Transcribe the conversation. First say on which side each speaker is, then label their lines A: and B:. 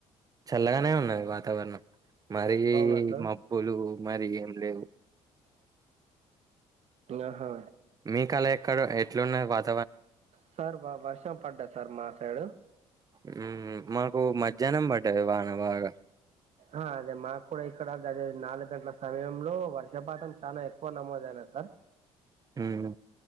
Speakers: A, on the right; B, on the right.
A: చల్లగానే ఉన్నాది వాతావరణం మారి
B: అవునా సార్
A: మబ్బులు మరి ఏం లేవు
B: ఆహా
A: మీకు అలా ఎక్కడ ఎట్లున్నాది వాతా
B: సార్ వ వర్షం పడ్డాది సార్ మా సైడు
A: హ్ మాకు మధ్యాహ్నం బడ్డది వాన బాగా
B: ఆ అదే మాకు కూడా ఇక్కడ గాదె నాలుగు గంటల సమయంలో వర్ష వర్షపాతం చాలా ఎక్కువ నమోదు అయింది సార్
A: హ్